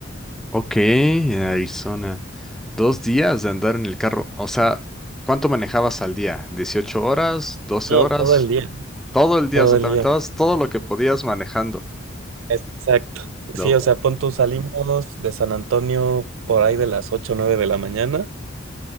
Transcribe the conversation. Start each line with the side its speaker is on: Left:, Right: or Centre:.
Centre: ok, en Arizona. Dos días de andar en el carro. O sea, ¿cuánto manejabas al día? Dieciocho horas? doce
Right: No,
Centre: horas?
Right: todo el día,
Centre: Todo el día,
Right: todo
Centre: o sea,
Right: el
Centre: te
Right: día.
Centre: aventabas todo lo que podías manejando.
Right: Exacto.
Centre: No.
Right: Sí, o sea, pon tú, salimos de San Antonio por ahí de las 8 o 9 de la mañana